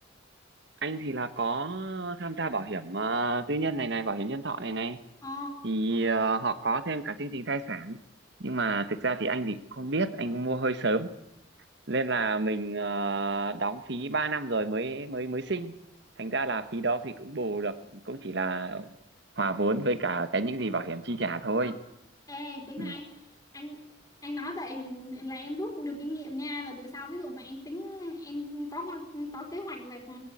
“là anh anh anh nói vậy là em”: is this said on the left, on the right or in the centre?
Left